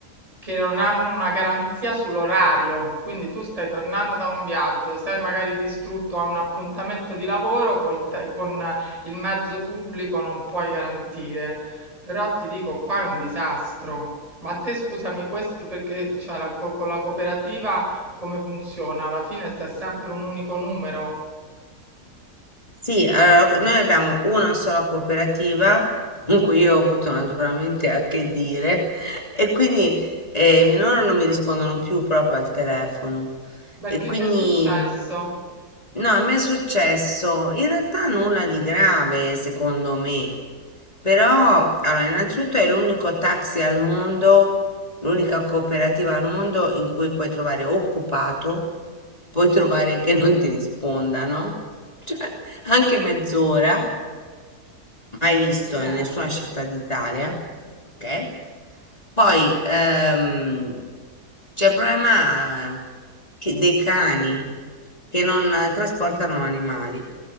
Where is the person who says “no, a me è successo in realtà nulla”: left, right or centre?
Left